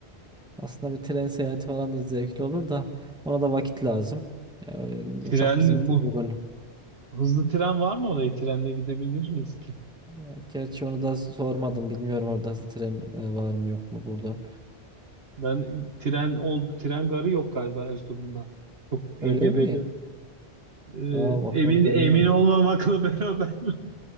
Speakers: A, in the centre; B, on the right.
A: Aslında bir tren seyahati falan da zevkli olur da ona da vakit lazım. Ya, e, uçak
B: Tren,
A: bizim için
B: bu
A: uygun.
B: hızlı tren var mı oraya? Trenle gidebilir miyiz ki?
A: Ya, gerçi onu da sormadım. Bilmiyorum orada hızlı tren e, var mı yok mu buradan.
B: Ben tren ol tren garı yok galiba Erzurum'da. Çok engebeli.
A: Öyle mi?
B: Ee,
A: Aa bak
B: emin
A: onu
B: emin
A: bilmiyorum.
B: olmamakla <laughs> beraber